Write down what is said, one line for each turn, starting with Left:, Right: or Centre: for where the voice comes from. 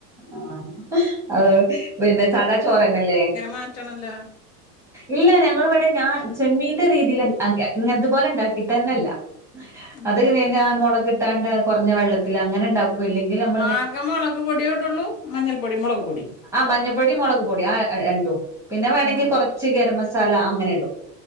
Centre: ആഹ് അത് പിന്നെ സാദാ ചോറന്നല്ലെ
Left: മാറ്റണല്ലോ
Centre: ഇല്ല ഞങ്ങളിവിടെ ഞാൻ ചെമ്മീന്റെ രീതിയിൽ ഇത്പോലെ ഇണ്ടാക്കിയിട്ടന്നല്ല
Left: ഉം
Centre: അത് എങ്ങനെ ഞാൻ മുളകിട്ടാണ്ട് കുറഞ്ഞ വെള്ളത്തിൽ അങ്ങനെ ഇ ണ്ടാക്കൂ അല്ലെങ്കിൽ ന
Left: ആക മൊളക് പൊടിയോ ഇടുള്ളൂ മഞ്ഞൾപ്പൊടി മുളക് പൊടിയും
Centre: ആ മഞ്ഞപ്പൊടി മൊളക് പൊടി ആ രണ്ടും പിന്നെ വേണെങ്കിൽ
Left: ആ
Centre: കുറച്ച് ഗരം മസാല അങ്ങനെ ഇടും